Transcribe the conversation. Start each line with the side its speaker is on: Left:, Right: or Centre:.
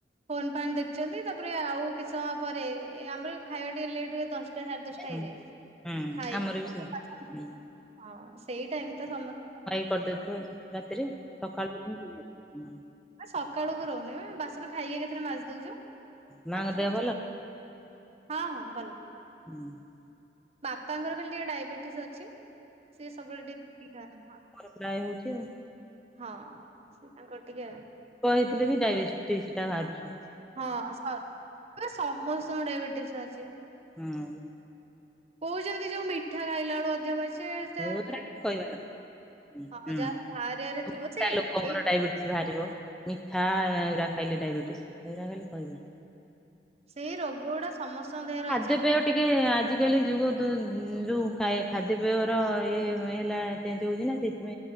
Right: ଫୋନ୍ ଫାନ୍ ଦେଖୁଛନ୍ତି ତାପରେ ଆଉ କିଛି ସମୟ ପରେ ଆମର ଖାଇବା ଟିକେ ଲେଟ୍ ହୁଏ ଦଶ ଟା ସାଢେ ଦଶଟା
Centre: ହଁ
Right: ହେଇଯାଏ
Centre: ହୁଁ
Right: ଖାଇକି
Centre: ଆମର ବି ସେଇ
Right: <inaudible>
Centre: ହୁଁ
Right: ହଁ ସେଇ ଟାଇମି ତ ସମସ୍ତ।
Centre: କରିଦେଉଥିବ ରାତିରେ ସଖାଳୁକୁ ଯେମିତି କିଛି ନଥିବ।
Right: ଆ ସକାଳକୁ ରହୁନି ବାସନ ଖାଇକି ଏକାଥରେ ମାଜି ଦଉଚୁ
Centre: ମାଙ୍କ
Right: ତାପରେ
Centre: ଦେହ ଭଲ
Right: ହଁ ହଁ ଭଲ।
Centre: <inaudible>
Right: ବାପାଙ୍କର ଖାଲି ଟିକେ ଡାଇବେଟିସ୍ ଅଛି ସିଏ ସବୁବେଳେ ଟିକେ ଇପିଖାଆନ୍ତି।
Centre: ପ୍ରାୟେ ହୋଉଚି ଆଉ।
Right: ହଁ ସେ ତାଙ୍କର ଟିକିଏ।
Centre: କହିଥିଲେ ବି ଡାଇବେଟିସିଟା ବାହାରୁଚି।
Right: ହଁ ସ ପୁରା ସମସ୍ତଙ୍କର ଡାଇବେଟିସ୍ ବାହାରୁଚି।
Centre: ହୁଁ
Right: କହୁଛନ୍ତି ଯୋଉ ମିଠା ଖାଇଲା ବେଳୁ ଅଧିକଵାହାରୁଚି ସେଟା
Centre: ସେଗୁରା କିଛି କହିବା କଥା
Right: ହଁ
Centre: ହୁଁ
Right: ଯାହାର ବାହାରିଆରେ ଥିବ
Centre: ମୋଟା
Right: ସେ
Centre: ଲୋକଙ୍କର
Right: ସେଇ
Centre: ଡାଇବେଟିସ୍ ବାହାରିବ ମିଠା ଏରା ଖାଇଲେ ଡାଇବେଟିସ୍ ହେରା ଖାଲି କହିବାକଥା।
Right: ସେଇ ରୋଗ ଗୁଡା ସମସ୍ତଙ୍କ ଦେହରେ
Centre: ଖାଦ୍ୟପେୟ
Right: ଅଛି ଯା।
Centre: ଟିକେ ଆଜିକାଲି ଯୁଗ ଯୋଉ ଖାଦ୍ୟପେୟର ଇଏ ହେଲା ଚେଞ୍ଜେ ହେଉଚି ନା ସେ